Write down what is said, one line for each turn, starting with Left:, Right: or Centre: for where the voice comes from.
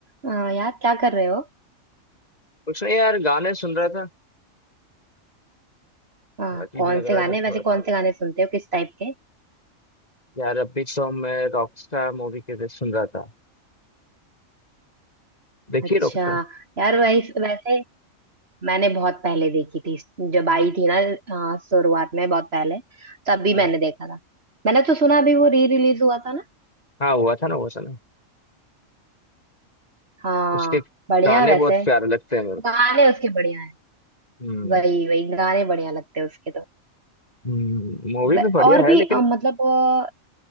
Right: हाँ यार क्या कर रहे हो
Left: कुछ नहीं यार गाने सुन रहा था
Right: हाँ
Left: अजीब
Right: कौन
Left: लग
Right: से
Left: रहा
Right: गाने
Left: था
Right: वैसे
Left: थोड़ा
Right: कौन
Left: तो
Right: से गाने सुनते हो किस टाइप के
Left: यार अभी तो मैं रॉकस्टार मूवी के लिए सुन रहा था देखिए
Right: अच्छा
Left: रॉकस्टार
Right: यार वैस, वैसे मैंने बहुत पहले देखी थी जब आई थी ना हाँ, शुरुआत में बहुत पहले तभी
Left: हाँ
Right: मैंने देखा था मैंने तो सुना अभी वो री रिलीज हुआ था ना
Left: हाँ हुआ था ना हुआ था ना
Right: हाँ
Left: उसके
Right: बढ़िया
Left: गाने
Right: है वैसे
Left: बहुत प्यारे लगते हैं मेरे को
Right: गाने उसके बढ़िया हैं
Left: हम्म
Right: वही वही गाने बढ़िया लगते हैं उसके तो
Left: मूवी
Right: वे-
Left: भी बढ़िया
Right: और
Left: है
Right: भी
Left: लेकिन
Right: अ, मतलब अ,